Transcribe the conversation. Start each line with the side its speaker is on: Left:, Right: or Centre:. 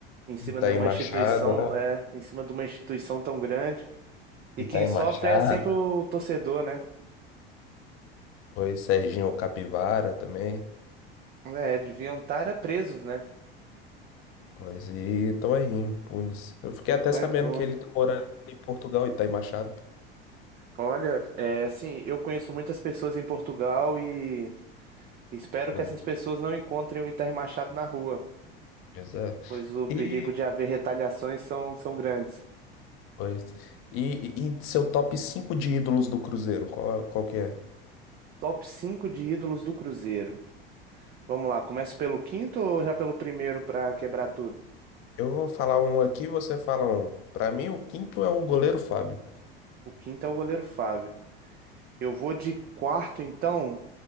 Right: em cima
Left: E tá
Right: de
Left: aí
Right: uma
Left: Machado,
Right: instituição,
Left: né?
Right: é, em cima de uma instituição tão grande. E
Left: E tá
Right: quem
Left: aí
Right: sofre
Left: Machado.
Right: é sempre o torcedor, né?
Left: Pois, Serginho Capivara também.
Right: É, deviam estar presos, né?
Left: Pois, e estão aí, impunes. Eu fiquei até
Right: Tá
Left: sabendo
Right: impune.
Left: que ele tá morando em Portugal e tá aí Machado.
Right: Olha, é assim, eu conheço muitas pessoas em Portugal e espero
Left: Pois,
Right: que essas pessoas não encontrem o Itamar Machado na rua,
Left: pois é.
Right: pois o perigo
Left: E,
Right: de haver retaliações são, são grandes.
Left: pois, e, e e seu top 5 de ídolos do Cruzeiro, qual, qual que é?
Right: Top 5 de ídolos do Cruzeiro. Vamos lá, começa pelo quinto ou já pelo primeiro para quebrar tudo?
Left: Eu vou falar um aqui, você fala um. Pra mim, o quinto é o goleiro Fábio.
Right: O quinto é o goleiro Fábio. Eu vou de quarto, então,